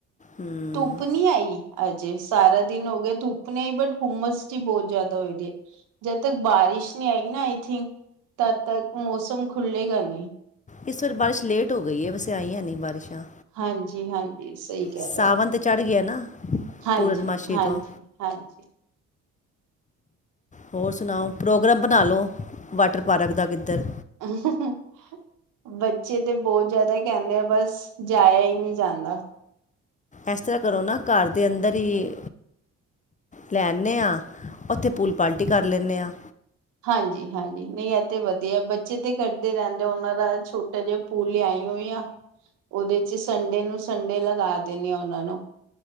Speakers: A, on the left; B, on the right.
A: ਹਮ
B: ਧੁੱਪ ਨਈ ਆਈ, ਅਜੇ ਸਾਰਾ ਦਿਨ ਹੋ ਗਿਆ ਧੁੱਪ ਨੀ ਆਈ ਬਟ ਹੁੰਮਸ ਬਹੁਤ ਜ਼ਿਆਦਾ ਹੋਏ ਦੀ ਐ। ਜੱਦ ਤੱਕ ਬਾਰਿਸ਼ ਨੀ ਆਏਗੀ ਨਾ, ਆਈ ਥਿੰਕ ਤਦ ਤੱਕ ਮੌਸਮ ਖੁੱਲ੍ਹੇਗਾ ਨੀ।
A: ਇਸ ਵਾਰ ਬਾਰਿਸ਼ ਲੇਟ ਹੋ ਗਈ ਏ ਵੈੇਸੇ ਆਈਆਂ ਨਈ ਬਾਰਿਸ਼ਾਂ
B: ਹਾਂਜੀ-ਹਾਂਜੀ, ਸਹੀ ਕਹਿ
A: ਸਾਵਨ
B: ਰਹੇ ਹੋ,
A: ਤੇ ਚੜ੍ਹ ਗਿਆ ਨਾ
B: ਹਾਂਜੀ-ਹਾਂਜੀ।
A: ਪੂਰਨਮਾਸ਼ੀ ਤੋਂ
B: ਹਾਂਜੀ।
A: ਹੋਰ ਸੁਣਾਓ, ਪ੍ਰੋਗਰਾਮ ਬਣਾ ਲਉ, ਵਾਟਰ ਪਾਰਕ ਦਾ ਕਿੱਧਰ
B: <inaudible> ਬੱਚੇ ਤੇ ਬਹੁਤ ਜਿਆਦਾ ਕਹਿੰਦੇ ਆ, ਬਸ ਜਾਇਆ ਹੀ ਨੀ ਜਾਂਦਾ।
A: ਏਸ ਤਰ੍ਹਾਂ ਕਰੋ ਨਾ ਘਰ ਦੇ ਅੰਦਰ ਹੀ ਲੈ ਆਨੇ ਆ, ਉੱਥੇ ਪੂਲ ਪਾਲਟੀ ਕਰ ਲੈਂਣੇ ਆ।
B: ਹਾਂਜੀ-ਹਾਂਜੀ ਨਈ ਇਹ ਤੇ ਵਧੀਆ, ਬੱਚੇ ਤੇ ਕਰਦ ਰਹਿੰਦੇ, ਉਹਨਾਂ ਦਾ ਛੋਟਾ ਜਿਹਾ ਪੂਲ ਲਿਆਈ ਹੋਈ ਆ, ਉਹਦੇ ਚ ਸੰਡੇ ਨੂੰ ਸੰਡੇ ਲਗਾ ਦੇਣੇ ਆ ਉਹਨਾਂ ਨੂੰ